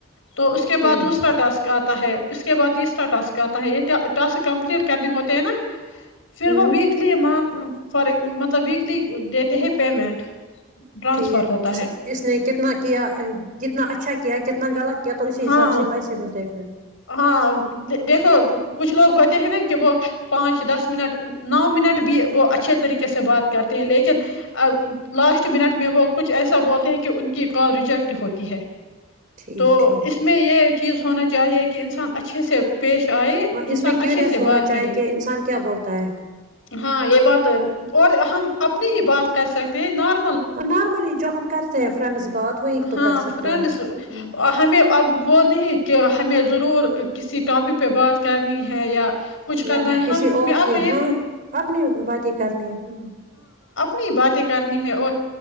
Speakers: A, on the left (about 75°); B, on the right (about 40°).
A: تو اس کے
B: ٹھیک
A: بعد دوسرا ٹاسک آتا ہے اس کے بعد تیسرا ٹاسک آتا ہے یہ ٹسک کمپلیٹ کرنے ہوتے ہیں نا پھر
B: ہوں
A: وہ ویکلی م فار مطلب بھی لیے دیتے ہیں پیمنٹ ٹرانسفر
B: ٹھیک
A: ہوتا ہے
B: اس نے کتنا کیا کتنا اچھا کیا کتنا غلط کیا تو اسی
A: ہاں
B: حساب سے پیسے ملتے ہیں پھر
A: ہاں دیکھو کچھ لوگ ہوتے ہیں نا کہ وہ پانچ دس منٹ نو منٹ بھی وہ اچھے طریقے سے بات کرتے ہیں لیکن لاسٹ منٹ میں وہ کچھ ایسا بولتے ہیں کہ ان کی کال ریجیکٹ ہوتی ہے
B: ٹھیک
A: تو
B: ٹھیک
A: اس میں یہ چیز ہونا چاہیے کہ انسان اچھے سے پیش آئے
B: ہاں
A: انسان
B: اس میں کیوریس
A: اچھے سے
B: ہونا
A: بات
B: چاہیے
A: کرے
B: کہ انسان کیا بولتا ہے
A: ہاں یہ بات اور ہم اپنی ہی بات کر سکتے ہیں نار
B: نارملی جو ہم کرتے ہیں فرینڈس بات وہی تو
A: ہاں
B: کر سکتے
A: فرینڈس
B: ہیں ہ
A: ہمیں اب وہ نہیں کہ ہمیں ضرور کسی ٹاپک پہ بات کرنی ہے یا کچھ کرنا
B: یا
A: ہے
B: کسی
A: ہم
B: اور
A: میں آپ
B: کی
A: کو یہ
B: ہاں اپنی باتیں کرنی ہے ہاں
A: نی باتیں کرنی ہے اور